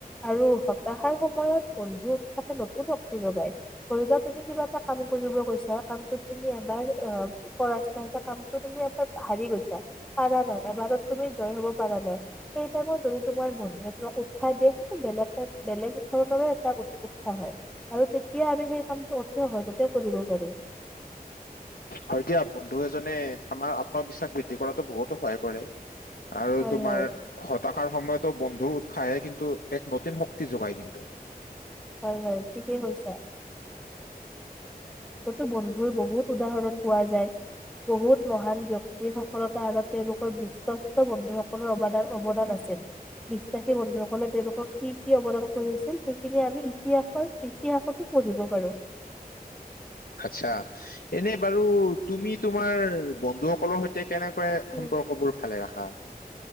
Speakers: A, in the centre; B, on the left.
A: আৰু হতাশাৰ সময়ত বন্ধু থাকে নতুন শক্তি যোগাই ধৰিবা তুমি কিবা এটা কাম কৰিব গৈছা কামটোত তুমি এবাৰ পৰাস্ত হৈছা কামটো তুমি এবাৰ হাৰি গৈছা, পৰানাই এবাৰত তুমি জয় হব পাৰা নাই সেই তাইমত যদি তোমাৰ মন উৎসাহ দিয়ে বেলেগ বেলেগ ধৰণৰে এটা উৎসাহ হয় আৰু তেতিয়া আমি সেই কামটো অতি সহজতে কৰিব পাৰো‌ ।
B: হয় দিয়া বন্ধু এজনে আমাৰ আত্মবিশ্বাস বৃদ্ধি কৰাতো বহুতো সহায় কৰে । আৰু
A: হয়
B: তোমাৰ
A: হয়
B: হতাশাৰ সময়তো বন্ধু দূৰ উৎসাহে কিন্তু এক নতুন শক্তি যোগায় কিন্তু
A: হয় হয় ঠিকেই কৈছা চ বন এইবোৰ বহুত উদাহৰণ পোৱা যায় বহুত মহান ব্যক্তি সফলতা আৰু তেওঁলোকৰ বিশ্বাস বন্ধুসকলৰ অৱদান অৱদান আছিল বিশ্বাসী বন্ধুসকলে তেওঁলোকক কি কি অৱদান কৰিছিল সেইখিনি আমি ইতিহাসৰ ইতিহাসতো পঢ়িব পাৰো।
B: আচ্ছা এনে বাৰু তুমি তোমাৰ বন্ধুসকলৰ সৈতে- কেনেকৈ
A: উম
B: সম্পৰ্ক বোৰ ভালে ৰাখা?